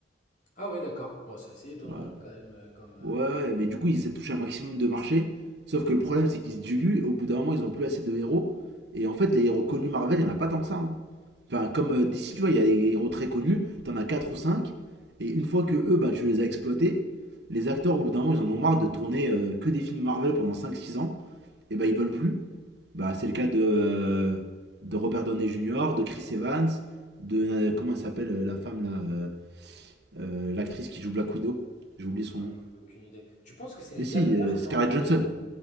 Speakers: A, on the left (about 40°); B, on the right (about 65°).
A: Ah ouais, d'accord. Bon, c'est assez étonnant
B: Ouais.
A: hein, quand même euh, comme, euh,
B: ouais, mais du coup, ils essaient de toucher un maximum de marché. Sauf que le problème, c'est qu'ils se diluent. Au bout d'un moment, ils ont plus assez de héros. Et en fait, les héros connus Marvel, il n'y en a pas tant que ça. hein. Enfin, comme euh, d'ici, tu vois, il y a des héros très connus, t'en as 4 ou 5, et une fois que eux, bah, tu les as exploités, les acteurs, au bout d'un moment, ils en ont marre de tourner euh, que des films Marvel pendant cinq, six ans, et bah, ils veulent plus. Bah, c'est le cas de, euh, de Robert Downey Jr., de Chris Evans, de. euh, comment elle s'appelle, euh, la femme, là euh, euh, L'actrice qui joue Black Widow J'ai oublié son
A: Ouais,
B: nom.
A: j'en ai aucune idée. Tu penses que c'est les
B: Mais si,
A: acteurs
B: euh,
A: qui
B: Scarlett
A: en ont marre?
B: Johansson.